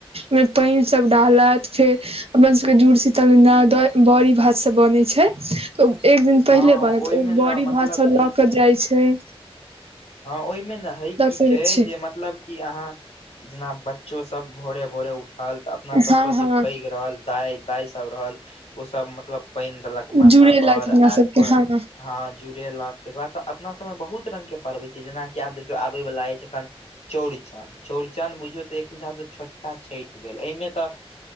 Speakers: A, on the right; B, on the left.
A: मे पेैन सब डालत फेर अपना सबके जूड़ शीतल दीना जना बड़ी भात सब बनै छैय। तऽएक दिन पहिले
B: हँ
A: बनत
B: ओहिमे
A: ओ बड़ी
B: ने मतलब
A: भाता लऽ कऽ जाइ छैय।
B: हाँ ओहिमे ने हइ की
A: से
B: छैय
A: होइ छै
B: जे मतलब। कि अहाँ जना बच्चो सब भोरे भोरे उठल तऽ अपना सबस
A: हँ
B: जे
A: हँ
B: पैघ रहल। दाइ दाइ सब रहल ओ सब मतलब पानि देलक माथा
A: जुड़ेलथि
B: पर
A: अपना
B: आब
A: सबके
B: क।
A: हँ
B: हाँ जुड़ेलक तकर बाद अपना सबमे बहुत रंग के पर्व हो छैय जनाकि आब देखियौ आबै वला अछि एखन। चौड़चन चौड़चन बुझियौ तऽ एक हिसाबसँ छोटका छठि भेल एहिमे तऽ।